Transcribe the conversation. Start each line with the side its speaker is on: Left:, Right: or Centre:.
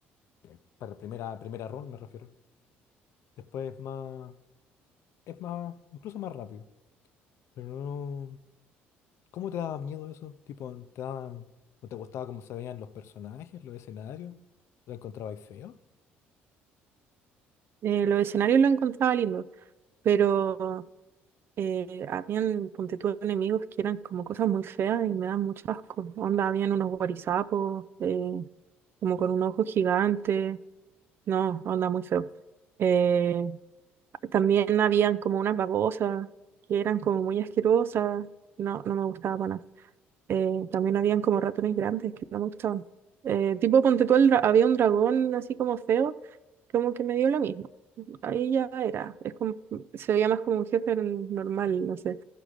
Left: eh, para primera, primera run me refiero. Después es más, es más, incluso más rápido, pero no... ¿Cómo te daba miedo eso? Tipo, ¿te daban, no te gustaba cómo se veían los personajes, los escenarios? ¿Lo encontrabais feo?
Right: Eh, los escenarios los encontraba lindos, pero eh, habían, ponte tú, enemigos que eran como cosas muy feas y me dan mucho asco. Onda, habían unos guarizapos, eh, como con un ojo gigante. No, onda, muy feo. Eh, también habían como unas babosas que eran como muy asquerosas. No, no me gustaba para nada. Eh, también habían como ratones grandes que no me gustaban. Eh, tipo, ponte tú, el dra- había un dragón así como feo, como que me dio lo mismo. Ahí ya era, es como, se veía más como un jefe n- normal, no sé.